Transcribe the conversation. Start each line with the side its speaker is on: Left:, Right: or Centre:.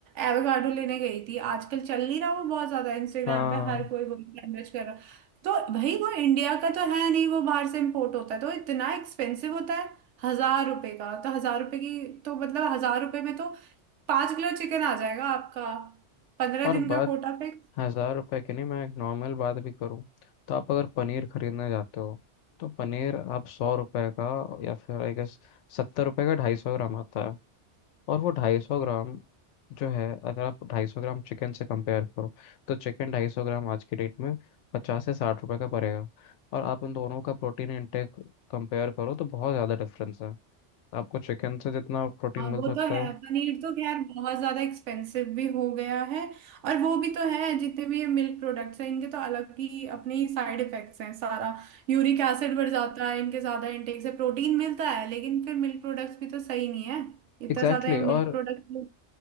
Right: एवोकाडो लेने गई थी आजकल चल नहीं रहा वो बहुत ज्यादा इंस्टाग्राम
Left: हाँ
Right: पे हर कोई वही सैंडविच कर रहा तो भाई वो इंडिया का तो है नहीं वो बाहर से इम्पोर्ट होता है तो इतना एक्सपेंसिव होता है हजार रुपए का तो हजार रुपए की तो मतलब हजार रुपए में तो पांच किलो चिकन आ जाएगा आपका पंद्रह
Left: और
Right: दिन
Left: बात
Right: का कोटा पे
Left: हजार रुपए की नहीं मैं एक नॉर्मल बात भी करूँ तो आप अगर पनीर खरीदने जाते हो तो पनीर आप सौ रुपए का या फिर आई गेस सत्तर रुपए का ढाई सौ ग्राम आता है और वो ढाई सौ ग्राम जो है अगर आप ढाई सौ ग्राम चिकन से कंपेयर करो तो चिकन ढाई सौ ग्राम आज की डेट में पचास से साठ रुपए का पड़ेगा और आप उन दोनों का प्रोटीन इंटेक कंपेयर करो तो बहुत ज़्यादा डिफरेंस है आपको चिकन से जितना प्रोटीन
Right: हाँ
Left: मिल
Right: वो
Left: सकता
Right: तो है
Left: है
Right: पनीर तो खैर बहुत ज्यादा एक्सपेंसिव भी हो गया है और वो भी तो है जितने भी ये मिल्क प्रोडक्ट्स हैं इनके तो अलग ही अपने ही साइड इफेक्ट्स हैं सारा यूरिक एसिड बढ़ जाता है इनके ज्यादा इंटेक से प्रोटीन मिलता है लेकिन फिर मिल्क प्रोडक्ट्स भी तो सही नहीं है इतना
Left: Exactly
Right: ज्यादा
Left: exactly.
Right: मिल्क
Left: और
Right: प्रोडक्ट